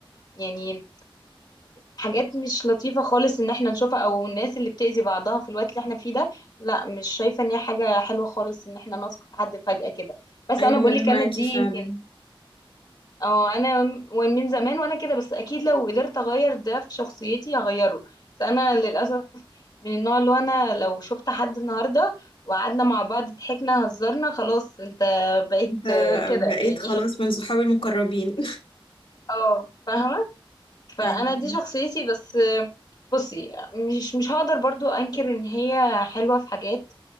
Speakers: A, on the left; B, on the left.
A: يعني حاجات مش لطيفة خالص ان احنا نشوفها او الناس اللي بتأذي بعضها في الوقت اللي احنا فيه ده لا مش شايفة ان هي حاجة حلوة خالص ان احنا نثق في حد فجأة كده بس
B: ايوه
A: انا بقول
B: انا
A: لك
B: معاكي
A: انا دي يمكن
B: فعلا
A: اه انا من زمان وانا كده بس اكيد لو قدرت اغير ده في شخصيتي هغيره بس انا للأسف من النوع اللي هو انا لو شفت حد النهاردة وقعدنا مع بعض ضحكنا هزرنا خلاص انت بقيت
B: انت
A: كده
B: بقيت
A: يعني
B: خلاص
A: <laughs>
B: من صحابي المقربين
A: اه فاهمة فانا
B: <laughs> ايوه
A: دي شخصيتي بس بصي مش مش هقدر برضو انكر ان هي حلوة في حاجات